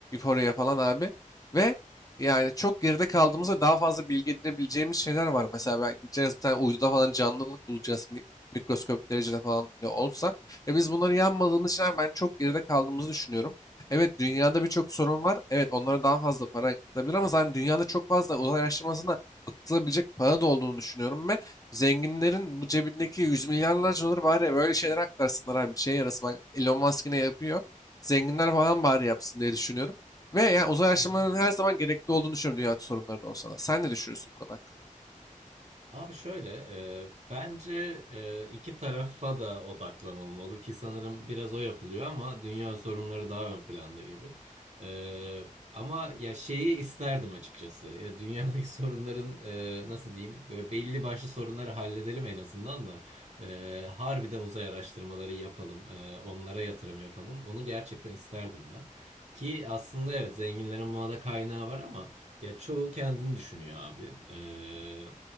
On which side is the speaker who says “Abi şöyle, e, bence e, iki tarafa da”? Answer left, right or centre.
Right